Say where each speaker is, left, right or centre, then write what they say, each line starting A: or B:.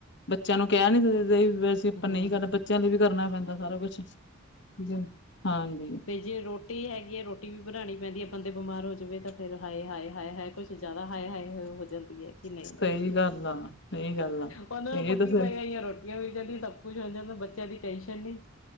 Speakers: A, on the left; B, on the left.
A: ਬੱਚਿਆਂ ਨੂੰ ਕਹਿ ਨੀ ਸਕਦੇ <unintelligible> ਆਪਾਂ
B: ਹੂੰ-ਹੂੰ
A: ਨਹੀਂ ਕਰਦਾ, ਬੱਚਿਆਂ ਲਈ ਵੀ ਕਰਨਾ ਪੈਂਦਾ ਸਾਰਾ ਕੁਛ ਠੀਕ ਐ, ਹਾਂਜੀ।
B: ਤੇ ਜੇ ਰੋਟੀ ਹੈਗੀ ਹੈ ਰੋਟੀ ਵੀ ਬਣਾਣੀ ਪੈਂਦੀ ਐ, ਬੰਦੇ ਬਿਮਾਰ ਹੋ ਜਾਵੇ ਤਾਂ ਫੇਿਰ ਹਾਏ -ਹਾਏ ਹਏ- ਹਾਏ। ਕੁਛ ਜ਼ਿਆਦਾ ਹਾਏ -ਹਾਏ ਹੋ ਜਾਂਣ ਕਿ ਨਈ,
A: ਸਹੀ ਗੱਲ ਆ, ਸਹੀ ਗੱਲ ਆ।
B: ਉਹਨਾਂ
A: ਇਹ
B: ਨੂੰ ਪੱਕੀ
A: ਤਾਂ ਫਿਰ
B: ਪਈ ਆ ਰੋਟੀ ੀਆਂ ਮਿਲ ਜਾਂਦੀ। ਸਭ ਕੁਛ ਹੋ ਜਾਂਦਾ, ਬੱਚਿਆਂ ਦੀ ਟੈਨਸ਼ਨ ਨਹੀਂ